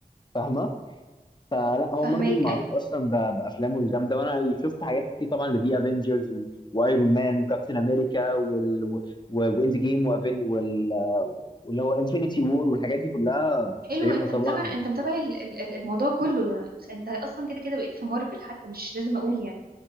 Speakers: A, on the left (about 30°); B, on the right (about 80°).
A: فاهمه فلا هو
B: فهماك
A: مارفل معروف
B: أي-
A: اصلا ب- بافلامه الجامده وانا شفت حاجات كتير طبعا لدي افنجرز وايرون مان وكابتن امريكا وال و- واند جيم وأفن- وال- واللي هو انفينيتي وور والحاجات دي كلها
B: حلو
A: شايفها
B: انت
A: طبعا
B: متابع انت متابع ال- ال- ال- الموضوع كله انت اصلا كده كده بقيت في مارفل حتى مش لازم اقول يعني